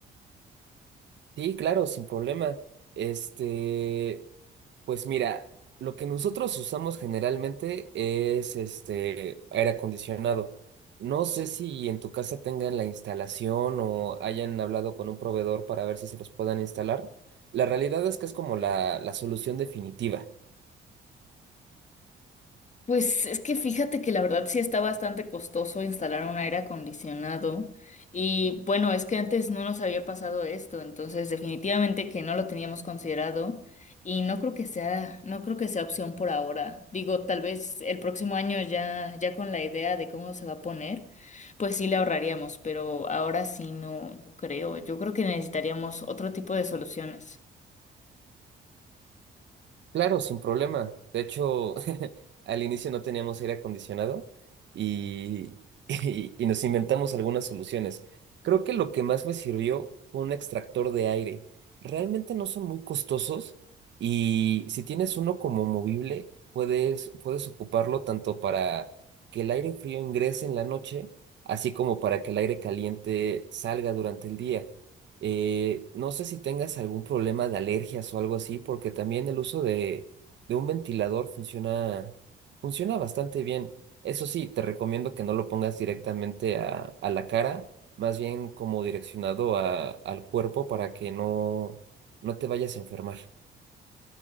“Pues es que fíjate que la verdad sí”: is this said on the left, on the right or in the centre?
Left